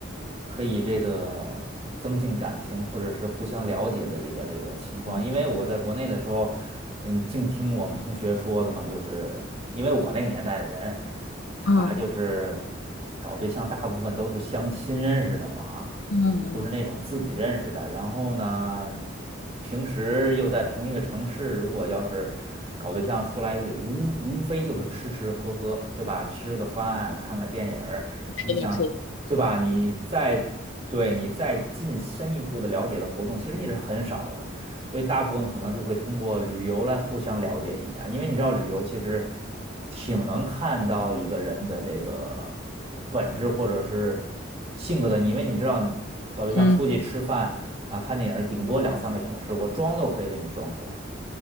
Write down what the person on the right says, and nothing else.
可以这个增进感情或者是互相了解的一个这个情况。
因为我在国内的时候，嗯，净听我们同学说的嘛，就是因为我那个年代的人，他就是
搞对象大部分都是相亲认识的嘛哈，
就不是那种自己认识的。然后呢，平时又在同一个城市，如果要是搞对象出来，无无非就是吃吃喝喝，对吧？吃个饭，看个电影儿，
你想，
对吧？你再对你再进深一步的了解的活动，其实你是很少的。所以大部分可能就会通过旅游来互相了解一下，因为你知道旅游其实挺能看到一个人的这个本质或者是性格的，因为你知道你搞对象出去吃饭啊、
看电影，顶多两三个小时，我装都可以给你装出来。